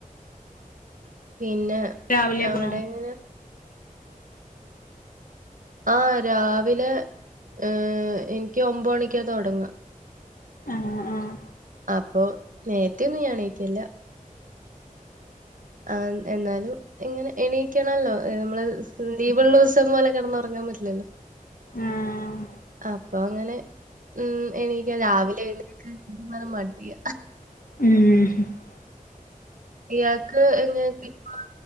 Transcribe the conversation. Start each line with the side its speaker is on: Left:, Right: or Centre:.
Right: പിന്നെ
Left: രാവിലെ
Right: അവിടെ
Left: പോണോ
Right: എങ്ങനെ ആഹ് രാവിലെ ഏഹ് ഇന്ക്കി ഒമ്പണിക്കാ തൊടങ്ങാ
Left: ആഹ് ആഹ്
Right: അപ്പൊ നേരത്തെ ഒന്നും ഞാൻ എണീക്കേല്ല ആഹ് എന്നാലും ഇങ്ങനെ എണീക്കണല്ലോ നമ്മള് ലീവ്ള്ളൂസം പോലെ കിടന്ന് ഉറങ്ങാൻ പറ്റില്ലല്ലോ
Left: ആഹ്
Right: അപ്പൊ അങ്ങനെ ഉം എണീക്ക രാവിലെ എഴുന്നേക്കാൻ മടിയ
Left: ഉം
Right: ഇയാക്ക് എങ്ങനെണ്ട് ഇപ്പ